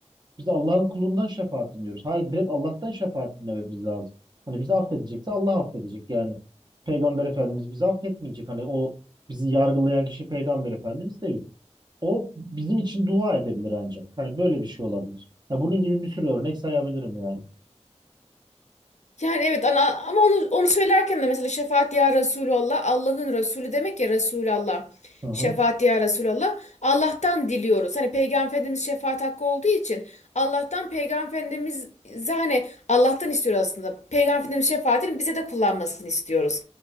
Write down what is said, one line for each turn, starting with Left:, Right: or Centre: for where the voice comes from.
Right: Biz de Allah'ın kulundan şefaat dinliyoruz. Hayır direkt Allah'tan şefaat dinlememiz lazım. Hani bizi affedecekse Allah affedecek. Yani Peygamber Efendimiz bizi affetmeyecek. Hani o bizi yargılayan kişi Peygamber Efendimiz değil. O bizim için dua edebilir ancak. Hani böyle bir şey olabilir. Ya bunun gibi bir sürü örnek sayabilirim yani.
Left: Yani evet ana, ama onu onu söylerken de mesela şefaat ya Resulallah Allah'ın Resulü demek ya Resulallah.
Right: Hı hı.
Left: Şefaat ya Resulallah Allah'tan diliyoruz. Hani Peygamber Efendimiz şefaat hakkı olduğu için Allah'tan Peygamber Efendimiz hani Allah'tan istiyoruz aslında. Peygamber Efendimiz şefaatini bize de kullanmasını istiyoruz.